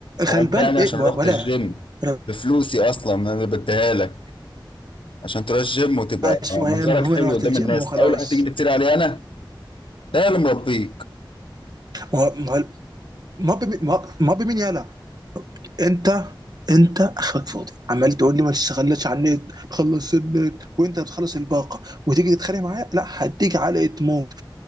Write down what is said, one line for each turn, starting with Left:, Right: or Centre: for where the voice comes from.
Left: هو
Right: غلبان
Left: انت يعني
Right: ايه
Left: عشان
Right: ولا
Left: رحت الجيم
Right: ولا
Left: بفلوسي اصلا انا بديها لك عشان تروح الجيم وتبقى
Right: مش
Left: منظرك
Right: مهم هو
Left: حلو
Right: انا رحت
Left: قدام
Right: الجيم
Left: الناس
Right: وخلاص
Left: اول واحد تيجي تفتري عليه انا ده أنا اللي مربيك
Right: ما هو ما هو- ما هو بمين- ما هو- ما هو بمين يلا انت انت اخرك فاضي عمال تقول لي ما تشتغلش على النت تخلص النت وانت بتخلص الباقه وتيجي تتخانق معايا لا هديك علقه موت